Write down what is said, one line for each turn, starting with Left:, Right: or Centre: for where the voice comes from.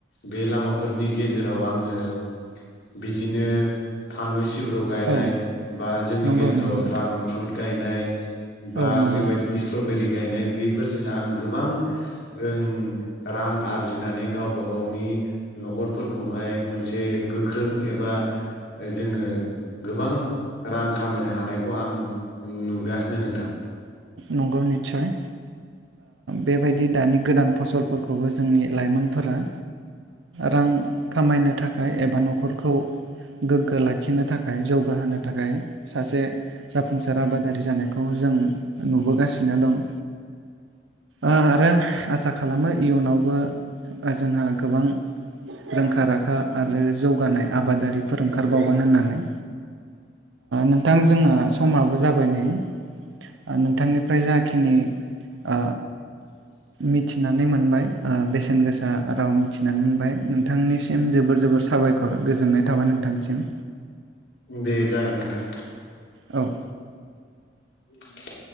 Left: बे लामाफोरनि गेजेराव आङो बिदिनो फानलु सिब्र गायनाय
Right: औ
Left: बा जोंनि
Right: नंगौ
Left: गेजेराव
Right: नंगौ नोंथां
Left: ड्रागन फ्रुथ गायनाय बा
Right: औ नंगौ
Left: बेबादिनो स्ट्रबेरि गायनाय बेफोरजों आं गोबां ओ रां आरजिनानै गावबा गावनि न'खरफोरखौहाय मोनसे गोख्रों एबा जोङो गोबां रां खामायनो हानायखौ आं नुगासिनो नोंथां
Right: नंगौ निस्सय बेबायदि दानि गोदान फसलफोरखौबो जोंनि लाइमोनफोरा रां खामायनो थाखाय एबा न'खरखौ गोग्गो लाखिनो थाखाय जौगाहोनो थाखाय सासे जाफुंसार आबादारि जानायखौ जों नुबोगासिनो दं ओ आरो आसा खालामो इयुनावबो जोंहा गोबां रोंखा राखा आरो जौगानाय आबादारिफोर ओंखारबावगोन होननानै नोंथां जोंना समाबो जाबाय नै आं नोंथांनिफ्राय जाखिनि ओ
Left: <inaudible>
Right: मिथिनानै मोनबाय। ओ बेसेन गोसा राव मिथिनानै मोनबाय। नोंथांनिसिम जोबोर जोबोर साबायखर गोजोननाय थाबाय नोंथांसिम
Left: दे जागोन नोंथां
Right: औ
Left: <inaudible>